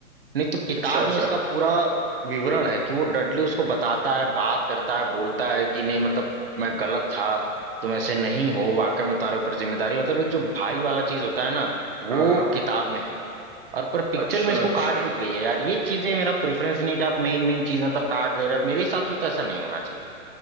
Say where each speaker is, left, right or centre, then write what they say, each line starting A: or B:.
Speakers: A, on the right (about 40°); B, on the right (about 70°).
A: नहीं तो किताब
B: अच्छा अच्छा
A: में इसका पूरा विवरण है कि वो डडली उसको बताता है बात करता है बोलता है कि नहीं मतलब मैं गलत था तुम ऐसे नहीं हो वाकई में तुम्हारे ऊपर जिम्मेदारी मतलब एक जो भाई वाला चीज होता है ना वो
B: हाँ हाँ
A: किताब में है और पर पिक्चर
B: अच्छा
A: में इसको
B: अच्छा
A: काट दी गई है यार ये चीजें मेरा प्रेफरेंस नहीं है कि आप मेन मेन चीज मतलब काट दे रहे हो मेरे हिसाब से तो ऐसा नहीं होना चाहिए